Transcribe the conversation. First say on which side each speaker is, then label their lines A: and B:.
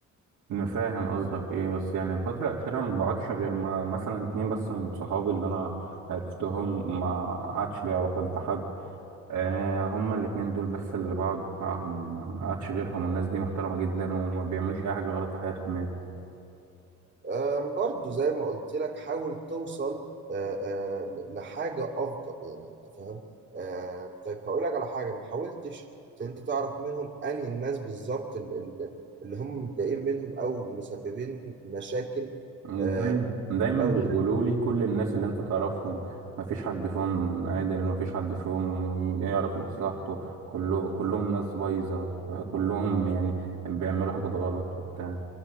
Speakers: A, on the right; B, on the right.
A: أنا فاهم قصدك إيه بس يعني الفترة الأخيرة أنا ما بقعدش غير مع مثلا اتنين بس من صحابي اللي أنا عرفتهم ما قعدش لي علاقات بحد آه هما الاتنين دول بس اللي بقعد معاهم ما ما قعدش غيرهم والناس دي محترمة جدا وما بيعملوش أي حاجة غلط في حياتهم يعني
B: آم، برضو زي ما قلت لك حاول توصل آه، آه، ل- لحاجه افضل يعني انت فاهم آه، طيب هقول لك على حاجه ما حاولتش ت- انت تعرف منهم انهي الناس بالظبط ال- ال- اللي هم متضايقين منهم او مسببين مشاكل
A: دايما
B: آه،
A: دايما
B: لو
A: بيقولوا
B: ت-
A: لي كل الناس اللي انت تعرفهم ما فيش حد فيهم عادل ما فيش حد فيهم يعرف مصلحته كله كلهم ناس بايظة آه، كلهم يعني بيعملوا حاجات غلط وبتاع